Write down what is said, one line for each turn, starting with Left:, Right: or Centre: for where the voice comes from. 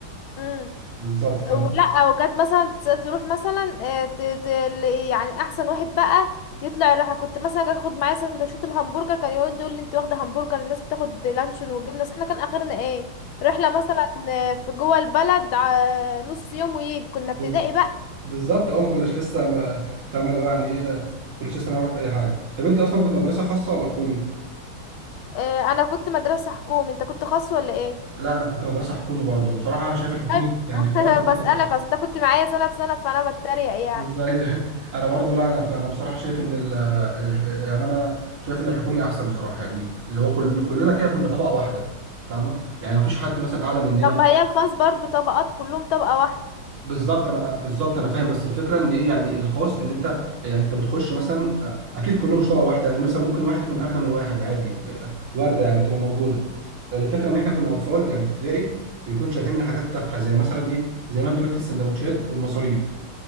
Left: مم.
Right: بالظبط ف
Left: ولا وكانت مثلا تس- تروح مثلا آه، ت- ت- ل- يعني احسن واحد بقى يطلع يروح كنت مثلا أجي اخد معايا سندوتشات الهمبرجر كان يقعد يقول لي انت واخده همبرجر الناس بتاخد لانشون وجبنه بس احنا كان اخرنا ايه رحله مثلا آه، في جوه البلد ع- نص يوم ويجي كنا ابتدائي
Right: بالظبط
Left: بقى
Right: بالظبط اه ما كناش لسه ما فاهم اللي هو يعني ايه ما كناش لسه نعرف اي حاجه طب انت اصلا كنت مدرسه خاصه ولا حكومي
Left: آه، انا كنت مدرسه حكومي انت كنت خاص ولا ايه
Right: لا انا كنت مدرسه حكومي برضو بصراحه انا شايف الحكومي
Left: طيب
Right: يعني
Left: <laughs>
Right: في الوقت
Left: أنا
Right: ده
Left: بسالك
Right: كانت احسن
Left: اصل انت كنت معايا سنه بسنه فانا بتريق يعني
Right: ازاي <laughs> انا برضو لا انا ك- انا بصراحه شايف ان ال ال- يعني انا شايف ان الحكومي احسن بصراحه يعني اللي هو كل كلنا كده كنا طبقه واحده فاهمه يعني مفيش حد مثلا اعلى مننا
Left: طب ما هي الخاص برضو طبقات كلهم طبقه واحده
Right: بالظبط انا بالظبط انا فاهم بس الفكره ان ايه يعني الخاص ان انت يعني انت بتخش مثلا آه، اكيد كلهم مش طبقه واحده يعني مثلا ممكن واحد يكون اغنى من واحد عادي ب- وارده يعني بتبقى موجوده الفكره ان احنا كنا اطفال يعني في ابتدائي بيكون شاغلنا حاجات تافهه زي مثلا ايه زي ما انت قلت السندوتشات والمصاريف